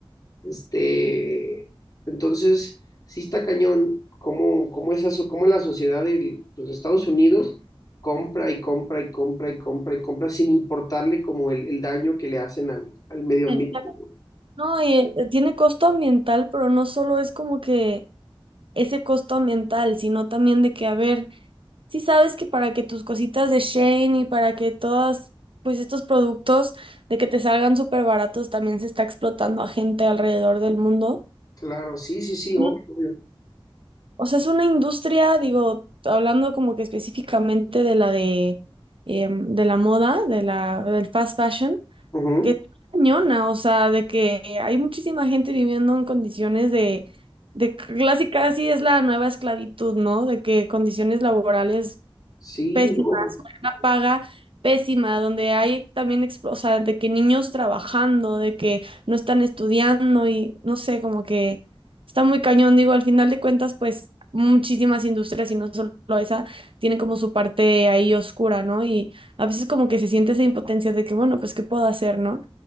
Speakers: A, on the left (about 40°); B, on the right (about 70°).
A: este, entonces, sí está cañón cómo, cómo esa so- cómo la sociedad del- pues, de Estados Unidos compra y compra y compra y compra y compra sin importarle como el, el daño que le hacen al, al medio ambiente.
B: Exacto. No, y eh, tiene costo ambiental, pero no solo es como que ese costo ambiental, sino también de que, a ver, si sabes que para que tus cositas de Shane y para que todas, pues estos productos de que te salgan súper baratos también se está explotando a gente alrededor del mundo.
A: Claro, sí, sí, sí, obvio,
B: Ujú.
A: obvio.
B: O sea, es una industria, digo, hablando como que específicamente de la de, em, de la moda, de la, del fast fashion
A: Ujú.
B: Qué cañona, o sea, de que hay muchísima gente viviendo en condiciones de, de casi casi es la nueva esclavitud, ¿no? De que condiciones laborales
A: Sí,
B: pésimas,
A: no.
B: con una paga pésima, donde hay también, explo- o sea, de que niños trabajando, de que no están estudiando y no sé, como que está muy cañón, digo, al final de cuentas, pues muchísimas industrias y no solo esa, tienen como su parte ahí oscura, ¿no? Y a veces como que se siente esa impotencia de que, bueno, pues, ¿qué puedo hacer, no?